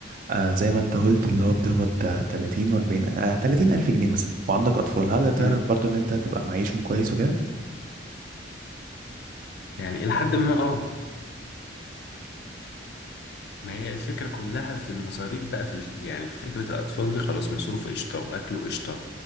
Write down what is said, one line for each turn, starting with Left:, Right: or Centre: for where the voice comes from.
Right: آه زي ما انت قلت اللي هو بتقبض آه، 30 و40 آه 30 الف جنيه مثلا وعندك اطفال هل تعرف
Left: مم.
Right: برضو ان انت تبقى معيشهم كويس وكده
Left: يعني الى حد ما اه ما هي الفكرة كلها في المصاريف بقى في ال... يعني في فكرة الاطفال دي خلاص مصروفه قشطة واكله قشطة